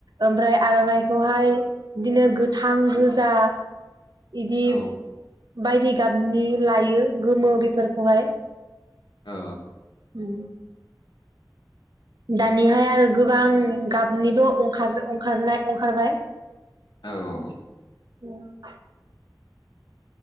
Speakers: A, on the right; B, on the left.
A: ओमफ्राय आरनाइखौहाय बिदिनो गोथां गोजा बिदि
B: औ
A: बायदि गाबनि लायो गोमो बेफोरखौहाय
B: औ।
A: <inaudible> दानिहाय आरो गोबां गाबनिबो अंखार अंखारनाय अंखारबाय।
B: औ औ
A: <unintelligible>